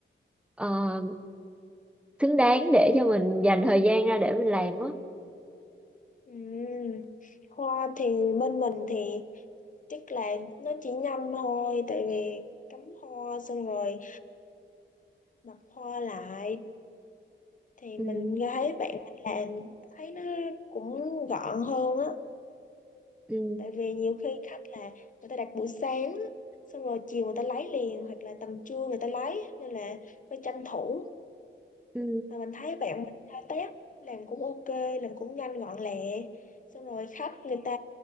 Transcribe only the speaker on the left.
Ừ. Hoa thì bên mình thì chắc là nó chỉ nhanh thôi tại vì cắm hoa xong rồi đặt hoa lại thì
mình thấy bạn mình làm thấy nó cũng gọn hơn á
tại vì nhiều khi khách là người ta đặt buổi sáng á, xong rồi chiều người ta lấy liền hoặc là tầm trưa người ta lấy nên là phải tranh thủ
mà mình thấy bạn mình thao tác làm cũng ok làm cũng nhanh gọn lẹ xong rồi khách người ta